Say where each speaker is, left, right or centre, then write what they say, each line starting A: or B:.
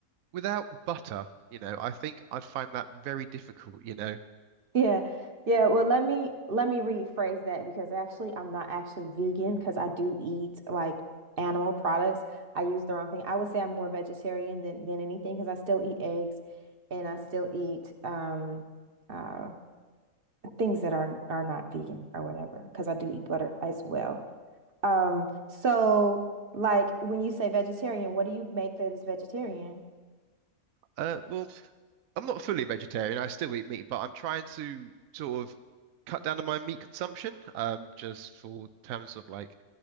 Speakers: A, on the right; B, on the right.
A: without butter, you know, I think I'd find that very difficult. You know,
B: Yeah. Yeah, well let me let me rephrase that because actually I'm not actually vegan because I do eat like animal products. I use the wrong thing. I would say I'm more vegetarian than than anything because I still eat eggs and I still eat um uh things that are are not vegan or whatever because I do eat butter as well. Um so like when you say vegetarian, what do you make that is vegetarian?
A: uh, well, I'm not fully vegetarian. I still eat meat, but I'm trying to sort of cut down on my meat consumption, um, just for terms of like